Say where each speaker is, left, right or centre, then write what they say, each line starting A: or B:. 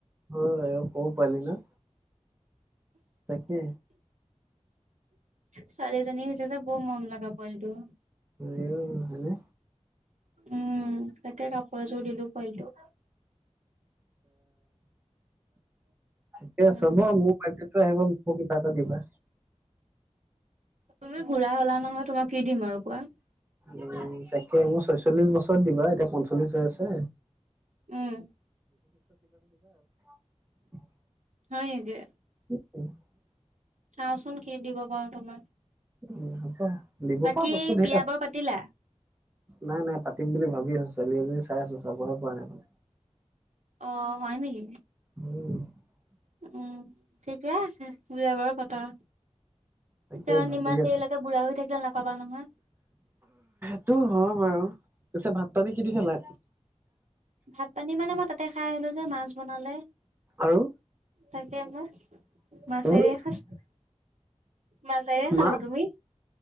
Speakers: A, on the right; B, on the right.
A: অ' এ খৰু পোৱালি ন। তাকে।
B: ছোৱালীজনী হৈছে যে বৌ মম লগা ব পোৱালিটো।
A: উম হয়নে?
B: উম তাকে কাপোৰ এযোৰ দিলো পোৱালিটো।
A: এতিয়া
B: উম
A: চব মো <unintelligible> আহিব <unintelligible> কিবা এটা। দিবা।
B: তুমি বুঢ়া হ'লা নহয় তোমাক কি দিম আৰু কোৱা।
A: উম, তাকে মোৰ ছয়চল্লিশ বছৰত দিব এতিয়া পঞ্চল্লিশ হৈ আছে।
B: উম
A: <unintelligible>
B: হয় নেকি?
A: <unintelligible>
B: চাওঁচোন কি দিব পাৰো তোমাক।
A: উম, হব। দিব
B: বাকী
A: পৰা বস্তু ধেৰ
B: বিয়া
A: আছে,
B: বাৰু পাতিলা
A: নাই নাই পাতিম বুলি ভাবি আছো। ছোৱালী এজনী চাই আছো চাবহে পৰা নাই মানে।
B: অ' হয় নেকি?
A: <inaudible>
B: উম ঠিকে আছে বিয়া বাৰু পাতা।
A: তাকে
B: কাৰণ
A: ভাবি
B: ইমান
A: আছো
B: দেৰিলৈকে বুঢ়া হৈ থাকিলে নাপাবা নহয়।
A: সেইটো হয় বাৰু, পিছে ভাত পানী কি দি খালা?
B: ভাত পানী মানে মই তাতে খাই আহিলো যে মাছ বনালে।
A: আৰু
B: তাকে ময় মাছেৰে
A: উম
B: খাছো মাছেৰে খালো
A: মাছ
B: তুমি?